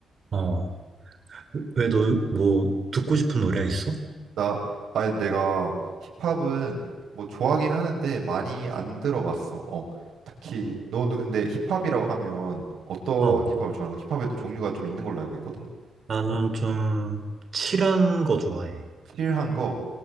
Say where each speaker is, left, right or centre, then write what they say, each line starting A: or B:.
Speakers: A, on the right; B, on the right.
A: 어, 왜 너 뭐 듣고 싶은 노래 있어?
B: 나, 아니, 내가 힙합은 뭐 좋아하긴 하는데 많이 안 들어봤어. 어, 특히 너는 근데 힙합이라고 하면 어떤
A: 어,
B: 힙합을 좋아하는 거? 힙합에도 종류가 좀 있는 걸로 알고 있거든.
A: 나는 좀 칠한 거 좋아해.
B: 킬한 거.